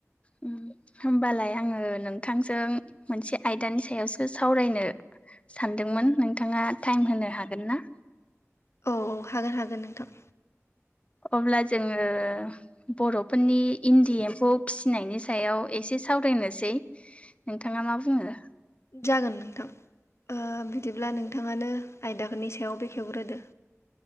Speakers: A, on the left; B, on the left.
A: उम होमबालाय आङो नोंथांजों मोनसे आयदानि सायावसो सावरायनो सानदोंमोन नोंथाङा टाइम होनो हागोन ना?
B: औ औ हागोन हागोन नोंथां
A: अब्ला जोङो बर फोरनि इन्दि एम्फौ फिसिनायनि सायाव एसे सावरायनोसै नोंथाङा मा बुङो?
B: जागोन नोंथां ओ बिदिब्ला नोंथाङानो आयदाफोरनि सायाव बेखेवग्रोदो